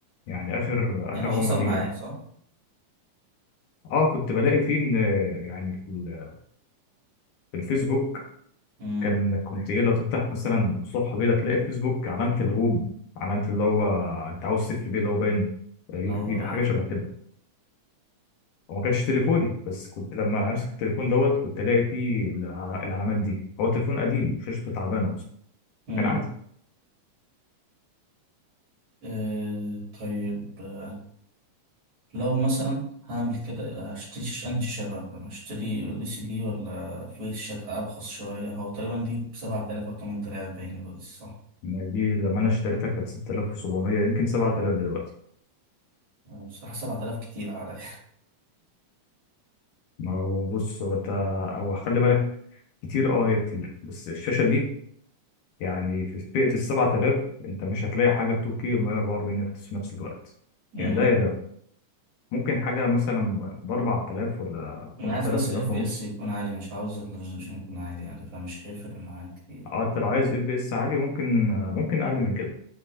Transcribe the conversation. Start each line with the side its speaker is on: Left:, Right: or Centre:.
Left: يعني اخر
Right: يعني
Left: اخر
Right: هو حصل
Left: عمر دي
Right: معاك
Left: يعني
Right: صح؟
Left: اه كنت بلاقي فيه ان يعني في ال- في الفيسبوك
Right: امم
Left: كان كنت ايه لو تفتح مثلا الصفحه بيضاء تلاقي في فيسبوك علامه الهوم علامه اللي هو انت عاوز تكتب ايه اللي هو باين يور
Right: أو
Left: فيد حاجه شبه كده هو ما كانش تليفوني بس كنت لما امسك التليفون دوت كنت الاقي فيه الع- العلامات دي هو تليفون قديم شاشته تعبانه اصلا
Right: امم
Left: فكان عادي
Right: أه طيب آه، لو مثلا هعمل كده هشتري شاش أنهي شاشة بقى؟ هشتري ال سي دي ولا في شاشات أرخص شوية؟ هو تقريبا دي بسبعة آلاف أو تمن آلاف باين دول صح؟
Left: يعني دي لما انا اشتريتها كانت 6700 يمكن 7000 دلوقتي
Right: آه، بصراحة سبعة آلاف كتير على
Left: ما هو بص هو انت هو خلي بالك كتير اه هي كتير بس الشاشه دي يعني في فئة السبعة آلاف أنت مش هتلاقي حاجة 2K و144 هرتز في نفس الوقت
Right: امم
Left: يا ده يا
Right: <laughs>
Left: ده ممكن حاجة مثلا بأربعة آلاف ولا
Right: أنا
Left: ولا
Right: عايز
Left: تلات
Right: بس
Left: آلاف
Right: ال FPS
Left: ونص
Right: يكون عالي مش عاوز الريزولوشن يكون عالي يعني فمش هيفرق معايا كتير
Left: اه أنت لو عايز اف بي اس عالي ممكن ممكن أقل من كده